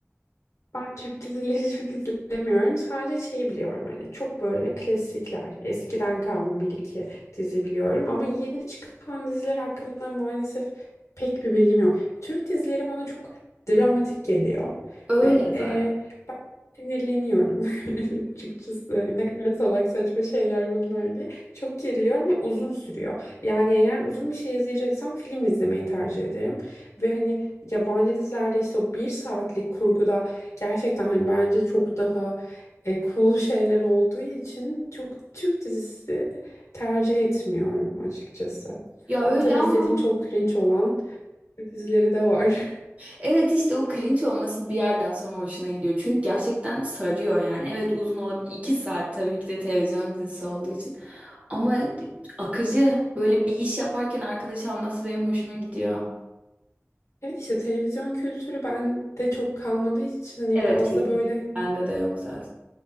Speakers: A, on the left; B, on the right.
A: Ben Türk dizileri <laughs> çok izlemiyorum. Sadece şey biliyorum hani çok böyle klasikler. Eskiden kalma bir iki dizi biliyorum. Ama yeni çıkan diziler hakkında maalesef pek bir bilgim yok. Türk dizileri bana çok dramatik geliyor.
B: Öyle
A: Ve
B: zaten.
A: e, Sinirleniyorum <laughs> açıkçası. Hani Ne kadar salak saçma şeyler bunlar diye. Çok geriliyorum ve uzun sürüyor. Yani eğer uzun bir şey izleyeceksem film izlemeyi tercih ederim. Ve hani yabancı dizilerde işte o bir saatlik kurguda gerçekten hani bence çok daha e, cool <laughs> şeyler olduğu için çok Türk dizisi tercih etmiyorum açıkçası.
B: Ya
A: Ama
B: öyle
A: tabii
B: ama
A: izlediğim çok cringe olan Türk dizileri de var.
B: Evet işte o cringe olması bir yerden sonra hoşuna gidiyor. Çünkü gerçekten sarıyor yani. Evet uzun olabilir. iki saat tabii ki de televizyon dizisi olduğu için. Ama akıcı böyle bir iş yaparken arkadaş alması benim hoşuma gidiyor.
A: Evet işte televizyon kültürü bende çok kalmadığı için hani
B: Evet
A: biraz
B: kesin.
A: da böyle hani,
B: Bende de yok zaten.